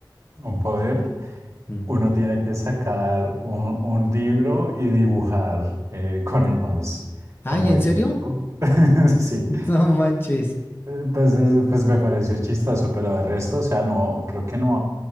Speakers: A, on the right (about 40°); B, on the left (about 25°).
A: un poder,
B: Mm.
A: uno tiene que sacar un, un libro y dibujar eh, con el mouse,
B: Ay,
A: como
B: ¿en
A: el...
B: serio?
A: <laughs> Sí.
B: No manches.
A: Entonces, pues me pareció chistoso, pero de resto, o sea, no, creo que no,